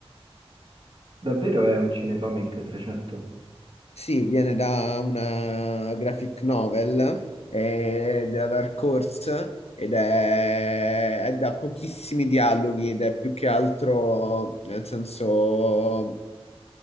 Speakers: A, on the right (about 55°); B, on the left (about 75°).
A: Davvero è un cinecomic 300?
B: Sì, viene da una graphic novel eh, della Dark Horse ed è, è da pochissimi dialoghi ed è più che altro, nel senso,